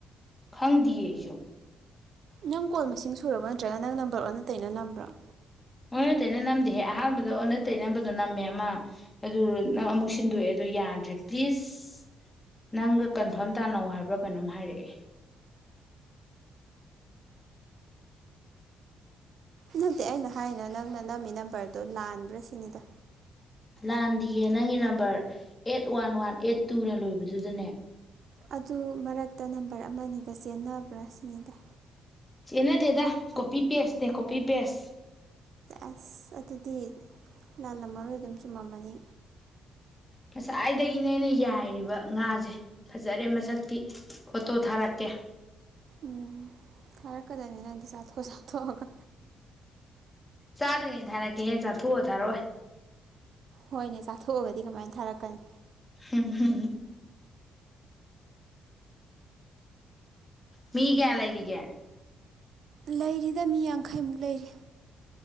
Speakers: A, on the left; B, on the right.
A: ꯈꯪꯗꯤꯌꯦ ꯑꯩꯁꯨ꯫
B: ꯅꯪ ꯀꯣꯜ ꯃꯁꯤꯡ ꯁꯨꯔꯕ ꯅꯠꯇ꯭ꯔꯒ ꯅꯪ ꯅꯝꯕꯔ ꯑꯣꯟꯅ ꯇꯩꯅ ꯅꯝꯕ꯭ꯔꫭ꯫
A: ꯑꯣꯟꯅ ꯇꯩꯅ ꯅꯝꯗꯦꯍꯦ ꯑꯍꯥꯟꯕꯗ ꯑꯣꯟꯅ ꯇꯩꯅꯕꯗꯣ ꯅꯝꯃꯦ ꯑꯃ꯫ ꯑꯗꯨ
B: ꯎꯝ
A: ꯅꯪ ꯑꯃꯨꯛ ꯁꯤꯟꯗꯣꯛꯑꯦ꯫ ꯑꯗꯨ ꯌꯥꯗ꯭ꯔꯦ ꯄ꯭ꯂꯤꯁ ꯅꯪꯒ ꯀꯟꯐꯥꯔꯝ ꯇꯥꯅꯧ ꯍꯥꯏꯕ꯭ꯔꯥ ꯀꯩꯅꯣꯝ ꯍꯥꯏꯔꯛꯑꯦ꯫
B: ꯅꯠꯇꯦ ꯑꯩꯅ ꯍꯥꯏꯅ ꯅꯪꯅ ꯅꯝꯃꯤ ꯅꯝꯕꫪꯗꯣ ꯂꯥꯟꯕ꯭ꯔꯥ ꯁꯤꯅꯤꯗ꯫
A: ꯂꯥꯟꯗꯤꯌꯦ ꯅꯪꯒꯤ number eight one one eight ꯇꯨꯅ ꯂꯣꯏꯕꯗꯨꯗꯅꯦ꯫
B: ꯑꯗꯨ ꯃꯔꯛꯇ ꯅꯝꯕꫪ ꯑꯃꯅꯤꯒ ꯆꯦꯟꯅꯕ꯭ꯔꯥ ꯁꯤꯅꯤꯗ꯫
A: ꯆꯟꯅꯗꯦꯗꯥ ꯀꯣꯄꯤ ꯄꯦꯁꯅꯦ ꯀꯣꯄꯤ ꯄꯦꯁ꯫
B: ꯑꯁ ꯑꯗꯨꯗꯤ ꯂꯥꯜꯂꯝꯃꯔꯣꯏ ꯑꯗꯨꯝ ꯆꯨꯝꯃꯝꯃꯅꯤ꯫
A: ꯉꯁꯥꯏꯗꯒꯤꯅꯦ ꯑꯩꯅ ꯌꯥꯏꯔꯤꯕ ꯉꯥꯁꯦ ꯐꯖꯔꯦ ꯃꯁꯛꯀꯤ ꯐꯣꯇꯣ ꯊꯥꯔꯛꯀꯦ꯫
B: ꯎꯝ ꯊꯥꯔꯛꯀꯗꯕꯅꯤ ꯅꯪꯗꯤ ꯆꯥꯊꯣꯛ ꯆꯥꯊꯣꯛꯑꯒ꯫
A: ꯆꯥꯗ꯭ꯔꯤꯉꯩꯗ ꯊꯥꯔꯛꯀꯦꯍꯦ ꯆꯥꯊꯣꯛꯑꯣ ꯊꯥꯔꯛꯑꯣꯏ꯫
B: ꯍꯣꯏꯅꯦ ꯆꯥꯊꯣꯛꯑꯒꯗꯤ ꯀꯃꯥꯏꯅ ꯊꯥꯔꯛꯀꯅꯤ꯫
A: ꯍꯝ ꯍꯝ꯫ ꯃꯤ ꯀꯌꯥ ꯂꯩꯔꯤꯒꯦ꯫
B: ꯂꯩꯔꯤꯗ ꯃꯤ ꯌꯥꯡꯈꯩꯃꯨꯛ ꯂꯩꯔꯤ꯫